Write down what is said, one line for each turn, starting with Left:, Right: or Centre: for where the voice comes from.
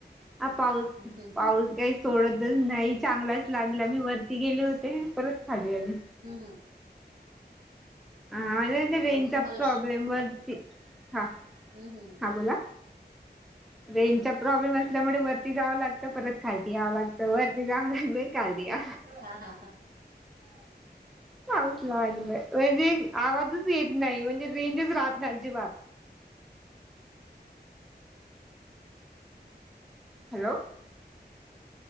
Centre: आ पाऊस,
Right: हं, हं.
Centre: पाऊस काय सोडतच नाही, चांगलाच लागला, मी वरती गेले होते, परत खाली आली.
Right: हम हम.
Centre: हा, म्हणजे रेंजचा
Right: परत तुम्हाला
Centre: प्रॉब्लेम वरती, हा.
Right: हम् हम.
Centre: हा बोला, रेंजचा प्रॉब्लेम असल्यामुळे वरती जावं लाग त, परत खालती यावं लागतं, वरती जावं लागत, खालती या
Right: हा हा हा.
Centre: पाऊसला लागलाय, म्हणजे आवाजच येत नाही, म्हणजे रेंजच राहत नाही अजिबात. हॅलो?